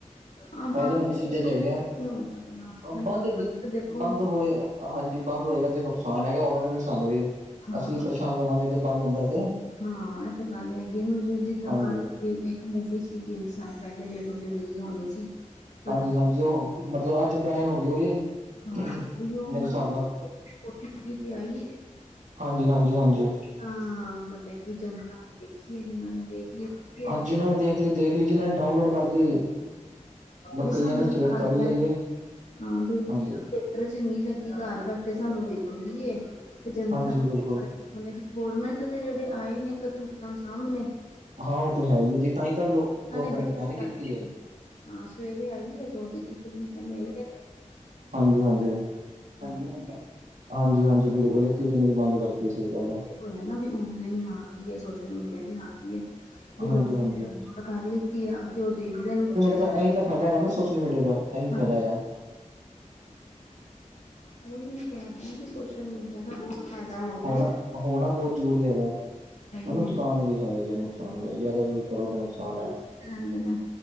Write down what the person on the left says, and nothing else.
ਆ
ਬੰਦ
ਦੇਖੋ
ਕੁਛ ਨਹੀਂ ਹੋ ਸਕਦਾ
ਹਨਾ
ਦੇਖੋ
ਹਾਂ
ਹਾਂ,, ਇਹ ਤੇ ਗੱਲ ਹੈਗੀ, ਹੁਣ ਜ ਜਿਦਾਂ
ਕੱਲ ਇੱਕ ਮੂਵੀ ਸੀ, ਤਿੰਨ ਸਾਲ ਪਹਿਲੇ ਜਿਹੜੀ ਰਿਲੀਜ਼ ਹੋਣੀ ਸੀ। ਪਰ
ਹਾਂ
ਤੇ ਉਹੀਓ
ਓਟੀਟੀ ਤੇ ਆਈ
ਹਾਂ, ਮਤਲਬ ਏ ਕਿ ਜਨਤਾ। ਵੇਖੀਏ ਜਿਨਾਂ ਨੇ ਵੇਖ ਲਈ ਏ
ਬਈ ਸਾਨੂੰ
ਘਰ
ਬੈਠ
ਹਾਂ ਬਈ।
ਚਲ ਨੀ ਲੱਗੀ ਘਰ ਬੈਠੇ ਸਾਨੂੰ ਵੇਖ ਗਈ ਐ ਤੇ ਜਨਤਾ
<unintelligible> ਗਰਮੈਂਟ ਦੇ ਜਿਹੜੇ ਆਏ ਨੇ ਕਰਤੂਤਾਂ ਸਾਹਮਣੇ।
ਉਹਨਾਂ ਬੈਕ
ਕਰ ਦਿੱਤੀ
ਹਾਂ, ਸਵੇਰੇ ਆਈਏ ਦੋ ਦਿਨ ਇੱਕ ਦਿਨ ਪਹਿਲੇ ਆਈਏ।
ਦਿੱਤੀ
ਹੋਇਆ ਨਾ ਵੀ ਔਨਲਾਈਨ ਆ ਗਈ ਐ ਸੋਸ਼ ਮੁੰਡੀਆ ਤੇ ਆ ਗਈ ਏ, ਵੀ ਲੋਕਾਂ
ਨੇਦ ਕਰ ਲਿੱਤੀ ਹੈ, ਅੱਗੇ ਉਹ ਦੇ ਵੀ ਦਿੰਦੇ ਨੇ।
ਹਾਂਜੀ
ਉਹੀ ਮੈਂ ਕਹਿ ਰਹੀ ਹਾਂ ਵੀ ਸੋਸ਼ਲ ਮੀਡੀਆ ਦਾ। ਬੋਤ ਫੈਦਾ ਹੈਗਾ
ਏ।
ਨੇ
ਰਹਿੰਦੇ ਨੇ